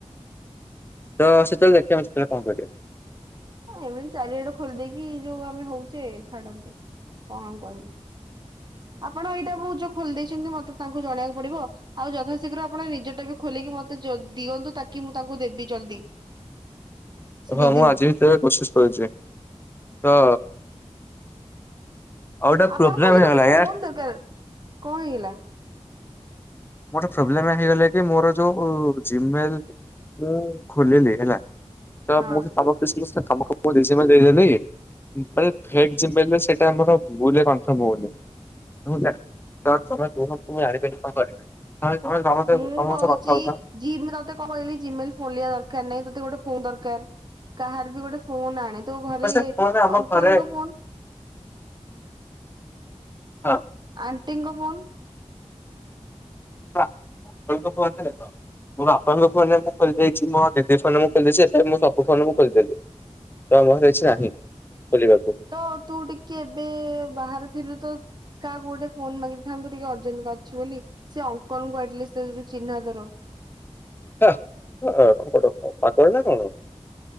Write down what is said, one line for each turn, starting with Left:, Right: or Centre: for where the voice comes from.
Left: ତ ସେତେଳେ ଦେଖିବା ମ ସେତେବେଳେ କଣ କର
Right: ହଁ ଏମିତି ଚାରିଆଡେ ଖୋଲିଦେଇକି ଯୋଉ ଆମେ ହଉଛେ ଛାଡ କଣ କହିବୁ। ଆପଣ ଏଇଟା ବହୁତ ଯୋଉ ଖୋଲି ଦେଇଛନ୍ତି ମତେ ତାଙ୍କୁ ଜଣେଇକୁ ପଡିବ। ଆଉ ଯଥାଶୀଘ୍ର ଆପଣ ନିଜଟା ବି ଖୋଲିକି ମତେ ଦିଅନ୍ତୁ ତାକି ମୁଁ ତାଙ୍କୁ ଦେବି ଜଲ୍ଦି। ସେ ଦିଦିଙ୍କୁ
Left: ହଁ ମୁଁ ଆଜି ଭିତରେ କଶିସ କରୁଛି ତ ଆଉ ଗୋଟେ
Right: ଆପଣଙ୍କୁ
Left: ପ୍ରୋବ୍ଲେମ
Right: ଖାଲି
Left: ହେଇଗଲା
Right: ଗୋଟେ ଫୋନ
Left: ୟାର।
Right: ଦରକାର କଣ ହେଇଗଲା।
Left: ମୋଟେ ପ୍ରୋବ୍ଲେ ହେଇଗଲେ କି ମୋର ଯୋଉ ଜ ମୁଁ ଖୋଲିଲି ହେଲା ତ
Right: ହଁ।
Left: ମୁଁ ସେ ତମ ତମ ମୁଁ ଦେଇଦେଲିେ ସେଟା ଆମରମ ହଉନି ହୁଁ ତ ତମେ କୁହ ତୁ ହାରପାରି କଣ କରିବି <inaudible> <unintelligible>
Right: ମୁଁ କହୁଚି
Left: ସହ କଥା ହଉଥାଅ
Right: ଯିମ୍ ତତେ କଣ କହିଲି ଜିମେଲ ଖୋଲିବା ଦରକାର ନାଇଁ ତତେ ଗୋଟେ ଫୋନ ଦରକାର କାହାର ବି ଗୋଟେ ଫୋନ ଆଣେ। ତୋ ଘରେ
Left: ହଁ ସେ ଫୋନ୍ ଆମ
Right: ଅଙ୍କଲଙ୍କ
Left: ଘରେ
Right: ଫୋନ
Left: ହଁ।
Right: ଆଣ୍ଟିଙ୍କ ଫୋନ।
Left: ଅଙ୍କଲ ଙ୍କ ଫୋନ ରେ ଦେଖ <unintelligible> ମୋ ବାପାଙ୍କ ଫୋନରେ ମୁଁ ଖୋଲି ଦେଇେଛି ମୋ ଦିଦି ଫୋନରେ ମୁଁ ଖୋଲିଦେଇଛି ଏବେ ମୁଁ ସବୁ ଫୋନ ମୁଁ ଖୋଲିଦେଲି। ତ ମୋହର କିଛି ନାହିଁ ଖୋଲିବାକୁ।
Right: ତ ତୁ ଟିକେ ଏବେ ବାହାରେ ଥିଲୁ ତ କାହାକୁ ଗୋଟେ ଫୋନ୍ ମାଗିଥାନ୍ତୁ ଟିକେ ଅର୍ଜେଣ୍ଟ ଅଛି ବୋଲି ସେ ଅଙ୍କଲ ଙ୍କ ଆଟଲିଷ୍ଟ ସେ ଚିହ୍ନା ତୋର।
Left: କଣ <unintelligible> କ ପାଗଳ ନା କଣ।